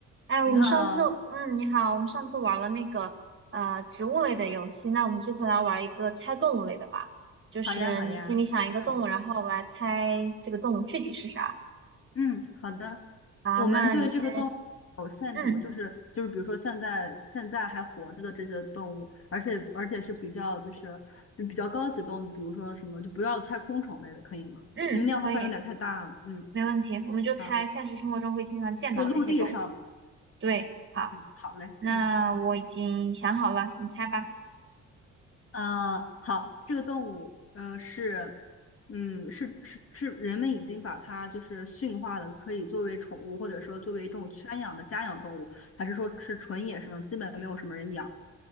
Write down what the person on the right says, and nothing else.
哎，
我们上次，嗯，你好，我们上次玩了那个呃植物类的游戏，那我们这次来玩一个猜动物类的吧，就是你心里想一个动物，
然后我来猜这个动物具体是啥。
好，
那你先，嗯
嗯，
可以，
没问题，我们就猜现实生活中会经常见到的一些动物。
对，好，
那我已经想好了，
你猜吧。